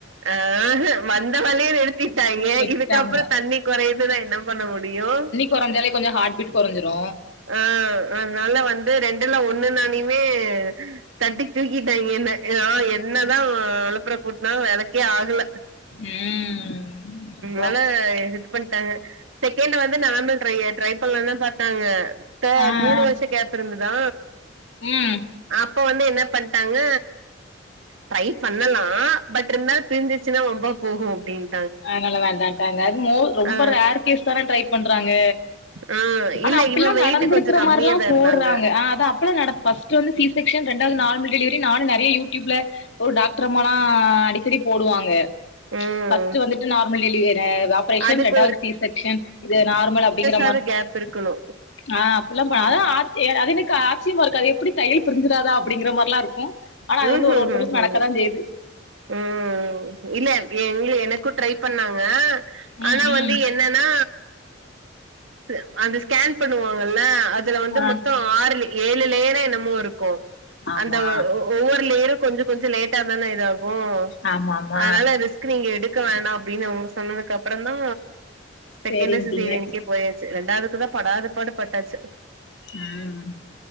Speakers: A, on the right; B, on the left.
A: ஆஹ வந்த வலி எடு த்திட்டாங்க
B: விட்டுட்டாங்க
A: இதுக்கப்புற தண்ணி கொறையதுனா என்ன பண்ண முடியு
B: கொறைஞ்சாலே கொஞ்ச ஹார்ட் பீட் கொறைஞ்சுரு
A: ஆ அதுனால வந்து ரெண்டுல ஒன்னு நானயுமே தட்டி தூக்கிட்டாங்க என்ன ஓ என்ன தா அலப்பற கூட்னாலு வேலைக்கே ஆகல
B: ம் அப்பா
A: னால இது பண் த்தாங்க செகண்ட்டு வந்து நார்ம்பல் ட்ரையே ட்ரை பண்லா தா பாத்தாங்க ப்ப
B: ஆ ஆ
A: மூணு வருஷ கேப்பு இருந்துதா
B: ம்
A: அப்போ வந்து என்ன பண்ட்டாங்க ட்ரை பண்ணலா பட்ருந்தாலு பிரிஞ்சிச்சுன்னா வம்பா போகு அப்டின்
B: அது நால வேண்டான்ட்டாங்க அது மோ ரொம்ப
A: ஆ
B: ரேர் கேஸ் தானே ட்ரை பண்றாங்க
A: ஆ
B: ஆனா
A: இல்ல
B: அப்பில்லா
A: இவ வெயிட்
B: நடந்திருக்கிற
A: கொஞ்ச கம்மியாதா
B: மாரிலா போடுறாங்க
A: இருந்தாங்க
B: ஆ அதா இப்ப தா நடப் ஃபஸ்ட் வந்து சிசெக்ஷன் ரெண்டாவது நார்மல் டெலிவரி நானு நறைய யூடியூப்ல ஒரு டாக்டர் அம்மாலா அடிக்கடி போடுவாங்க
A: ம்
B: ஃபர்ஸ்ட்டு வந்துட்டு நார்மல் டெலி ற ஆப்பரேஷன்
A: அதுக்கு
B: ரெண்டாவது சீசெக்ஷன் இது நார்மல் அப்படிங்கற
A: வது கேப் இருக்கணு
B: ஆ அப்புல்லா பா அது ஆர்சி அது எனக்கு ஆச்சியமா இருக்கு அது எப்படி தையல் பிரஞ்சிரதா அப்படிங்கற மார்லா இருக்கு அனா அது
A: ம்
B: வந்து
A: ஹும்
B: ஒரு ஒருத்தருக்கு
A: ஹும் ஹும்
B: நடக்கதா செய்து
A: ம் இல்ல எங்ளியூ எனக்கு ட்ரை பண்ணாங்க ஆனா
B: ம் ம்
A: வந்து என் னனா சு அது ஸ்கேன் பண்ணுவாங்கள்ள அதுல வந்து
B: ஆ
A: மொத்தோ ஆறுல ஏழு லேயரோ என்னமோ இருக்கு
B: ஆமா
A: அந்த ஒ ஒ ஒவ்வொரு லேயரூ கொஞ்சோ கொஞ்சோ லேட்டா தான இதாகு
B: ஆமா ஆமா
A: அதனால ரிஸ்க் கு நீங்க எடுக்க வேண்டா அப்டின் அவுங்க சொன்னதுக்கு அப்பறந்தா செகண்ட்டு
B: சேரின்ட்டீங்க
A: சிசேரியன்னுக்கே போயாச்சு ரெண்டாவதுக்கு தா படாத பாடு பட்டாச்சு
B: ம்